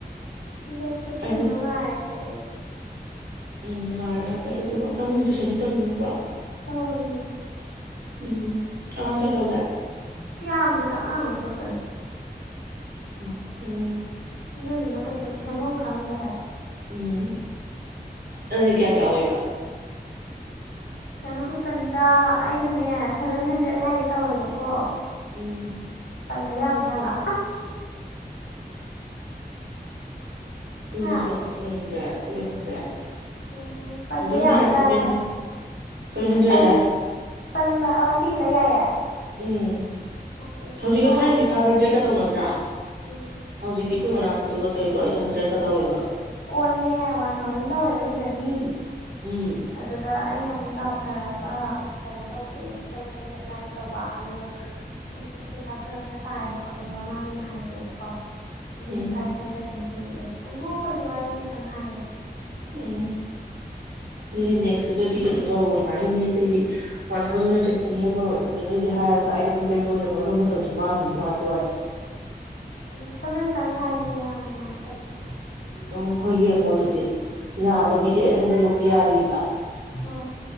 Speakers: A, on the left; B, on the right.
A: ꯗꯦꯠ ꯐꯤꯞꯇꯤꯟꯗꯣ
B: ꯑꯩꯁꯨ
A: ꯉꯥꯏꯔꯒꯦ ꯑꯩ
B: ꯎꯝ ꯉꯥꯔꯣ ꯍꯥꯏꯐꯦꯠ ꯑꯗꯨꯗꯨꯒ ꯅꯪ ꯍꯧꯖꯤꯛ ꯇꯨꯏꯁꯟꯗꯤ ꯇꯪ ꯅꯠꯇ꯭ꯔꯣ
A: ꯇꯧꯔꯤꯌꯦ
B: ꯎꯝ ꯑꯉꯥꯡ ꯀꯌꯥ ꯇꯧꯒꯦ
A: ꯁꯤ ꯌꯥꯝꯗꯦꯗ ꯑꯉꯥꯡ ꯑꯃ ꯈꯛꯇꯅꯤ
B: ꯃꯥ ꯎꯝ
A: ꯑꯗꯨꯗꯨꯅ ꯀꯩꯁꯨ ꯁꯦꯝꯕꯝ ꯈꯪꯗꯦ ꯍꯥꯏ ꯑ <inaudible>
B: ꯎꯝ ꯑꯗꯨꯗꯤ ꯀꯌꯥ ꯀꯌꯥ ꯑꯣꯏꯕ
A: ꯀꯩꯅꯣ ꯈꯠꯇꯅꯤꯗ ꯑꯩꯅꯅꯦ ꯁꯚꯦꯟ ꯍꯟꯗ꯭ꯔꯦꯠ ꯍꯥꯏꯒꯦ ꯇꯧꯋꯦꯕꯀꯣ
B: ꯎꯝ <unintelligible>
A: ꯄꯟꯕ ꯌꯥꯕꯖꯥꯠꯂ
B: <inaudible>
A: ꯍꯥ
B: ꯊ꯭ꯔꯤ ꯍꯟꯗ꯭ꯔꯦꯠ ꯊ꯭ꯔꯤꯚꯤ ꯍꯟꯗ꯭ꯔꯦꯠ
A: ꯎꯝ ꯄꯟꯕ
B: ꯑꯗꯨꯝ
A: ꯌꯥꯕ
B: ꯌꯥꯏ
A: ꯖꯥꯠꯂꯥ
B: ꯁꯚꯦꯟ
A: ꯍꯥꯏꯕ
B: ꯍꯟ ꯁꯚꯦꯟ ꯍꯟꯗ꯭ꯔꯦꯠ
A: ꯄꯟ
B: ꯌꯥꯏ
A: ꯄꯟꯕ ꯑꯣ ꯁꯤꯒꯤꯗ ꯌꯥꯏꯌꯦ
B: ꯎꯝ
A: ꯑꯣꯀꯦ
B: ꯍꯧꯖꯤꯛꯀ
A: ꯑꯣꯀꯦ
B: ꯊꯥꯏꯅꯗꯤ ꯐꯥꯏꯚ ꯍꯟꯗ꯭ꯔꯦꯠꯀ ꯇꯧꯅꯗ꯭ꯔꯥ
A: ꯎꯝ
B: ꯍꯧꯖꯤꯛꯇꯤ ꯑꯩꯈꯣꯏ ꯃꯅꯥꯛꯀꯤꯗꯨꯒ ꯇꯧꯏꯗꯣ ꯑꯩꯠ ꯍꯟꯗ꯭ꯔꯦꯠꯀ ꯇꯧꯋꯦꯕ
A: ꯑꯣꯅꯦ ꯋꯥꯟ ꯊꯥꯎꯖꯟ ꯇꯧꯋꯦꯕ ꯁꯤꯗꯗꯤ
B: ꯎꯝ
A: ꯑꯗꯨꯗ ꯑꯩꯅ ꯑꯃꯨꯛ ꯇꯥꯊꯔꯒ ꯀꯩꯅꯣ ꯇꯧꯒꯦꯅ ꯁꯚꯦꯟ ꯍꯟꯗ꯭ꯔꯦꯗ ꯍꯥꯏꯒꯦ ꯇꯧꯕ ꯑꯗꯨꯒ ꯍꯟꯗꯛꯇꯨ ꯄꯩꯁꯥ ꯐꯔꯛ ꯈꯔ ꯇꯥꯔꯦ ꯈꯣꯠꯂꯦ ꯃꯃꯥꯗꯨꯅ ꯍꯥꯏꯔꯛꯑꯦꯕꯀꯣ ꯑꯗꯨꯒꯤ
B: ꯎꯝ
A: ꯐꯥꯏꯚ ꯍꯟꯗ꯭ꯔꯦꯗ ꯊꯪ ꯄꯤꯔꯛꯑꯦꯕ ꯑꯩ ꯍꯣ ꯀꯩ ꯋꯥꯥꯏꯗꯦ ꯊꯪ ꯍꯥꯏꯌꯦꯕ
B: ꯎꯝ ꯗꯨꯗꯤ
A: ꯑꯗꯨꯗ
B: ꯅꯦꯛꯁ ꯇ ꯑꯗꯨꯗꯤ ꯀꯩꯅꯣ ꯇꯧꯔꯣ ꯍꯥꯏꯔꯣ ꯅꯦ ꯑꯇꯩꯗꯤ ꯋꯥꯟ ꯊꯥꯎꯖꯟ ꯂꯣꯏ ꯆꯠꯄꯅꯤ ꯑꯗꯣ ꯅꯦꯍꯣꯏꯒꯤ ꯍꯥꯏꯔꯒ ꯑꯩꯠ ꯍꯟꯗ꯭ꯔꯦꯠꯇꯣ ꯑꯣꯏꯅ ꯇꯧ ꯅꯪ ꯃꯇꯝꯁꯨ ꯃꯥꯡꯉꯤꯅꯤ ꯋꯥꯁꯨ ꯋꯥꯏ
A: ꯎꯣꯏ ꯁꯕ ꯈꯤꯇꯪ ꯍꯥꯏꯒꯦꯔꯥ ꯃꯃꯥꯏ ꯈꯅ
B: ꯑꯣ ꯍꯣꯏ ꯌꯦꯡꯉꯣ ꯑꯗꯨꯗꯤ ꯌꯥꯕꯒꯤꯗꯤ ꯑꯩ ꯍꯟꯗꯛꯐꯥꯎꯇ ꯌꯥꯔꯤꯕ
A: ꯍꯣꯏ